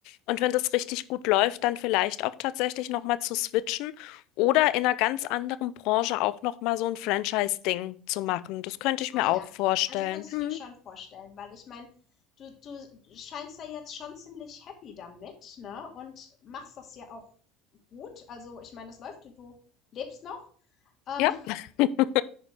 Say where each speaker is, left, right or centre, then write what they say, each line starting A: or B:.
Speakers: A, on the left (about 70°); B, on the left (about 45°).
A: Und wenn das richtig gut läuft, dann vielleicht auch tatsächlich nochmal zu switchen oder in einer ganz anderen Branche auch nochmal so ein Franchise-Ding zu machen. Das könnte ich
B: Ah
A: mir
B: ja,
A: auch vorstellen.
B: also kannst
A: Hm,
B: du dir schon vorstellen, weil ich meine, du, du scheinst da jetzt schon ziemlich happy damit, ne? Und machst das ja auch gut. Also ich meine, es läuft, du lebst noch. Ähm,
A: ja, <laughs>